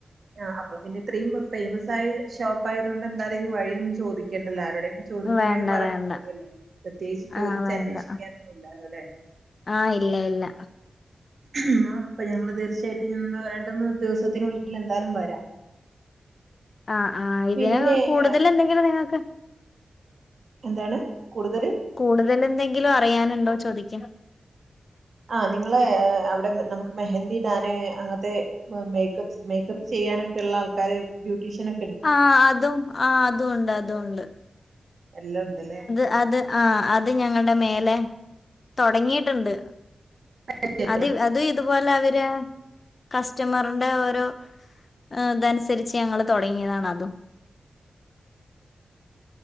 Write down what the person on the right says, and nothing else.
ആഹ് അപ്പ പിന്നെ ഇത്രയും ഫൈമസായ ഷോപ്പായതു കൊണ്ട് എന്തായാലും ഇനി വഴിയൊന്നും ചോദിക്കേണ്ടല്ലോ, ആരോടെലും. ചോദിക്കുമ്പോഴേ
വഴി പറഞ്ഞു
തരുവല്ലേ. പ്രത്യേകിച്ച് ചോദിച്ച്
അന്വേഷിക്കാനൊന്നും ഇല്ലാലോ ഇല്ലേ.
എന്നാ അപ്പ ഞങ്ങള് തീർച്ചയായിട്ടും എന്നാ രണ്ട് മൂന്ന് ദിവസത്തിനുള്ളിൽ എന്തായാലും വരാം
പിന്നെ
ഏഹ്,
എന്താണ് കൂടുതല്-
ആഹ് നിങ്ങള് അവിടെ നമുക്ക് മെഹെന്ദി ഇടാന് അന്നത്തെ- ഇപ്പം മേക്കപ്പ്സ് മേക്കപ്പ് ചെയ്യാനൊക്കെയുള്ള ആൾക്കാര് ബ്യൂട്ടീഷ്യനൊ
എല്ലാം ഒണ്ട് ഇല്ലേ
<unintelligible>